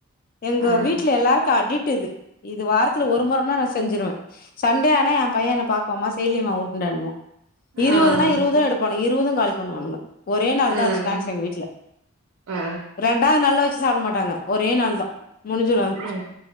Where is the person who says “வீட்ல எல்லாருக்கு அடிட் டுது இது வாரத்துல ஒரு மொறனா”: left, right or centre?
Left